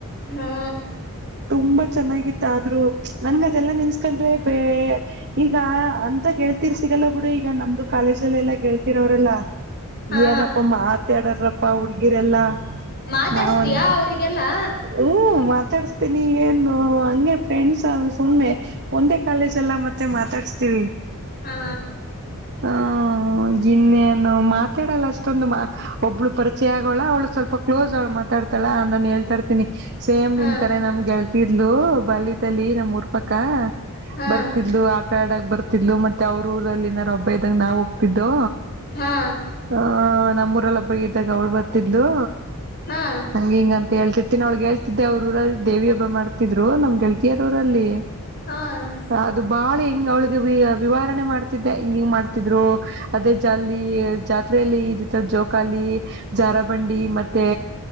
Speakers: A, on the left (about 45°); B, on the right (about 50°).
A: ಹಾ
B: ತುಂಬಾ ಚೆನ್ನಾಗಿತ್ತ ಆದ್ರು ನನ್ಗ ಅದೆಲ್ಲ ನಿನ್ಸ್ಕೊಂಡ್ರೆ ಬ ಈಗ ಅಂತ ಗೆಳ್ತಿರ್ ಸಿಗಲ್ಲ ಬಿಡು ಈಗ ನಮ್ದು ಕಾಲೇಜಲ್ಲ ಎಲ್ಲಾ ಗೆಳ್ತಿರೋರೆಲ್ಲಾ
A: ಹಾ
B: ಏನಪ್ಪ ಮಾ ತ್ತಡ್ರಪ್ಪ ಹುಡ್ಗಿರೆಲ್ಲಾ
A: ಮಾತಾಡ್ಸ್ತೀಯಾ
B: ನಾವನ್
A: ಅವ್ರಿಗೆಲ್ಲಾ
B: ಹ್ಮ ಮಾತಾಡ್ ಮತ್ತ ನೀ ಏನು ಹಂಗೆ ಫ್ರೆಂಡ್ಸ್ ಸುಮ್ಮ್ನೆ ಒಂದೇ ಕಾಲೇಜ್ ಎಲ್ಲ ಮತ್ತೆ ಮಾತಾಡಸ್ತೀವಿ
A: ಹಾ
B: ಹ ಗಿನ್ನೇನು ಮಾತಾಡಲ್ಲ ಅಷ್ಟೊಂದು ಒಬ್ಳು ಪರಿಚಯ ಆಗೋಳ ಅವಳು ಸ್ವಲ್ಪ ಕ್ಲೋಸ್ ಅವಳು ಮಾತಾಡ್ತಾಳ ನಾನು ಹೇಳ್ತಾರ್ತೀನಿ ಸೇಮ್
A: ಹಾ
B: ನಿನ್ಂತರ ನಮ್ಗೆಳ್ತಿದ ಇದು ಬಲ್ದಲ್ಲಿ ನಮ್ ಊರ್ಪಕ್ಕ
A: ಹಾ
B: ಬರ್ತಿದ್ದು ಆಟ ಆಡಕ್ ಬರ್ತ ಮತ್ತೆ ಅವ್ರ ಊರಲ್ಲಿನಬ್ ಇದ್ದಂಗ ನಾವ್ ಹೋಗ್ತಿದ್ದೋ
A: ಹಾ
B: ಹ ನಮ್ಮ ಅವ್ರಲ್ಲ ಹಬ್ಬ ಇದಿದ್ದಾಗ ಅವ್ಳ ಬರ್ತಿದ್ಲು
A: ಹಾ
B: ನಂಗೆ ಹಿಂಗಂತ ಹೇಳ್ತಿತ್ತು ಮತ್ತಿನೊಳಗ್ಗೆೇಳ್ತಿದ್ದೆ ಅವ್ರ ಊರಲ್ಲಿ ದೇವಿ ಹಬ್ಬ ಮಾಡರ್ತ್ರು ನಮ್ಗೆೇಳ್ತಿಯಾರ ಊರಲ್ಲಿ
A: ಹಾ ಹ್ಮ್
B: ಅದು ಬಾಳೆ ಹ ಅವ್ಳಿಗೆ ವಿವಾರಣೆ ಮಾಡ್ತಿದ್ದೆ ಹಿಂಗ ಹಿಂಗ ಮಾಡ್ ತ್ರು ಅದೇ ಜಾಲ ಜಾತ್ರೆಯಲ್ಲಿ ಇದ ಜೋಕಾಲಿ ಜಾರಾಬಂಡಿ ಮತ್ತೆ